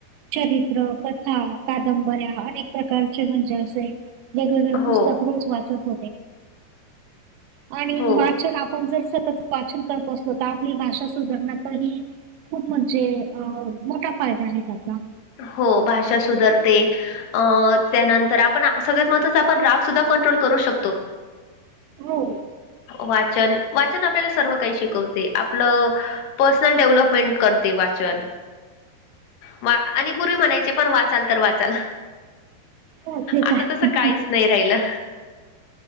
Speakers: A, on the right (about 90°); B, on the left (about 75°).
A: चरित्र कथा, कादंबऱ्या अनेक प्रकारचे म्हणजे असे वेगवेगळे
B: हो
A: पुस्तक रोज वाचत आणि
B: हो
A: वाचन आपण जर सतत वाचन करत असलो तर आपली भाषा सुधारण्यातही खूप म्हणजे अ मोठा फायदा आहे त्याचा.
B: हो भाषा सुधरते. अ त्यानंतर आपण सगळ्यात महत्त्वाच आपण राग सुद्धा कंट्रोल करू शकतो.
A: हो.
B: वाचन वाचन आपल्याला सर्व काही शिकवते आपलं पर्सनल डेव्हलपमेंट करते वाचन. वा आणि पूर्वी म्हणायचे पण वाचाल तर वाचाल
A: हो ते
B: आता
A: तर आहेच.
B: तसं काहीच नाही राहिलं.